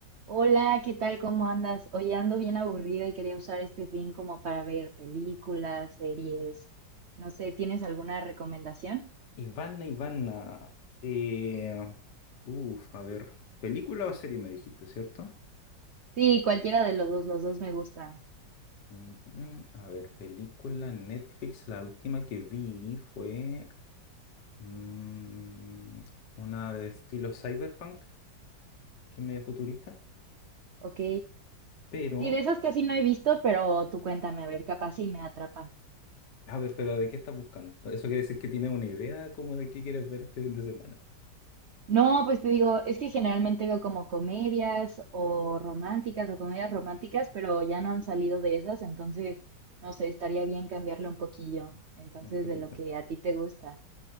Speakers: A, on the right; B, on the left.
A: Hola, ¿qué tal? ¿Cómo andas? Hoy ando bien aburrida y quería usar este fin como para ver películas, series, no sé, ¿tienes alguna recomendación?
B: Ivana, Ivana. Eh, uf, a ver. ¿Película o serie me dijiste, cierto?
A: Sí, cualquiera de los dos, los dos me gustan.
B: Mm, mm, a ver, película Netflix. La última que vi fue mm, una de estilo cyberpunk, que es medio futurista.
A: Ok.
B: Pero,
A: Sí, de esas casi no he visto, pero tú cuéntame, a ver, capaz sí me atrapa.
B: a ver, pero ¿de qué estás buscando? Eso quiere decir que tienes una idea como de qué quieres ver este fin de semana.
A: No, pues te digo, es que generalmente veo como comedias o románticas o comedias románticas, pero ya no han salido de esas, entonces, no sé, estaría bien cambiarlo un poquillo, entonces
B: Un poquito.
A: de lo que a ti te gusta.